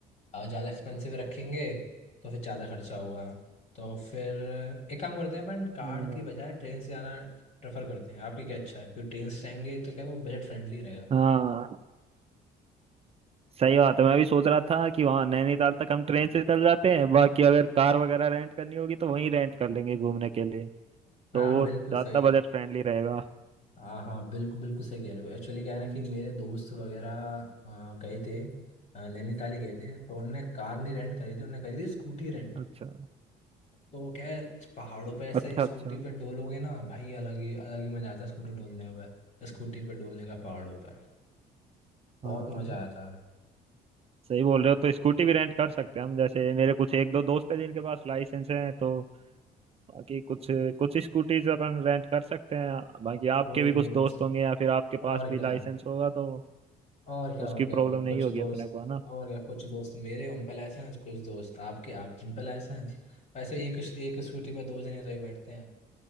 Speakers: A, on the left; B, on the right.
A: ज़्यादा एक्सपेंसिव रखेंगे तो फिर ज़्यादा खर्चा होगा तो फिर एक काम करते हैं अपन कार
B: हम्म,
A: की बजाय ट्रेन से जाना प्रेफर करते हैं आपकी क्या अच्छा है क्योंकि ट्रेन से जाएंगे तो क्या वो बजट फ्रेंडली रहेगा
B: हाँ सही बात है मैं भी सोच रहा था कि वहाँ नैनीताल तक हम ट्रेन से चल जाते हैं बाकी अगर कार वगैरह रेंट करनी होगी तो वहीं रेंट कर लेंगे घूमने के लिए
A: हाँ
B: तो वो
A: बिल्कुल
B: ज्यादा
A: सही
B: बजट फ्रेंडली रहेगा
A: हाँ हाँ बिल्कुल बिल्कुल सही कह रहे हो एक्चुअली क्या है ना
B: हम्म
A: कि मेरे दोस्त वगैरह अ, गए थे अ, नैनीताल ही गए थे तो उनने कार नहीं रेंट करी थी उनने करी थी स्कूटी रेंट
B: अच्छा
A: तो क्या है पहाड़ों पे ऐसे
B: अच्छा
A: स्कूटी
B: अच्छा
A: पे डोलोगे ना भाई अलग ही अलग ही मजा आता है स्कूटी डोलने में स्कूटी पे डोलने का पहाड़ों पे बहुत
B: हाँ
A: मजा आया था
B: सही बोल रहे हो तो स्कूटी भी रेंट कर सकते हैं हम जैसे मेरे कुछ एक दो दोस्त हैं जिनके पास लाइसेंस है तो बाकी कुछ कुछ स्कूटीज अपन रेंट कर सकते हैं बाकी आपके
A: कोई
B: भी
A: नहीं
B: कुछ दोस्त होंगे या फिर आपके
A: और
B: पास भी
A: क्या
B: लाइसेंस होगा तो
A: और क्या
B: उसकी
A: और क्या
B: प्रॉब्लम
A: और क्या
B: नहीं
A: कुछ
B: होगी
A: दोस्त
B: अपने को है ना
A: और क्या कुछ दोस्त मेरे उन पे लाइसेंस कुछ दोस्त आपके आप उन पे लाइसेंस ऐसे एक एक स्कूटी पे दो जने तो ही बैठते हैं